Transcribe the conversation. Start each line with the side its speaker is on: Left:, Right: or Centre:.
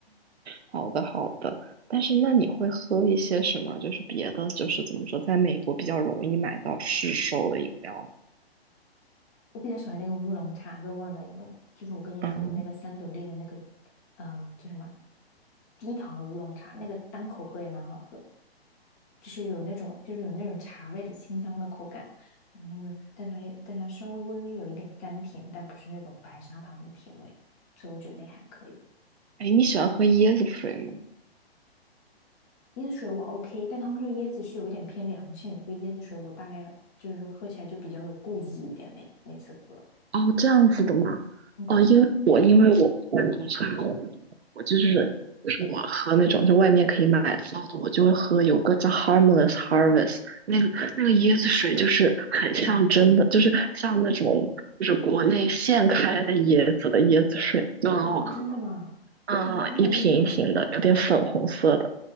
Right: 好的好的，但是那你会喝一些什么？就是别的，就是怎么说，在美国比较容易买到市售的饮料吗
Left: 我比较喜欢那个乌龙茶跟旺仔牛奶，就是我跟你说的那个三得利的那个，
Right: 嗯，
Left: 嗯、叫什么低糖乌龙茶，那个单口喝也蛮好喝的就是有那种就是有那种茶味的清香的口感。然后呢，但它又但它稍微微微有一点甘甜，但不是那种白砂糖的甜味，所以我觉得那还可以。
Right: 哎，你喜欢喝椰子水吗？
Left: 椰子水我 OK，但他们说椰子是有一点偏凉性的，所以椰子水我大概就是说喝起来就比较有顾忌一点，每每次喝。
Right: 哦，这样子的吗？
Left: 嗯，
Right: 哦，因为我因为我不在农村，我就是就是我喝那种就外面可以买得到的，我就会喝有个叫 Harmless Harvest 那个那个椰子水，就是很像真的，
Left: 很
Right: 就是像那种就是国内现开的椰子的椰子水，就很好喝。
Left: 啊，真的吗？
Right: 嗯，
Left: 嗯，那那应该蛮
Right: 一瓶一瓶的，有点粉红色的。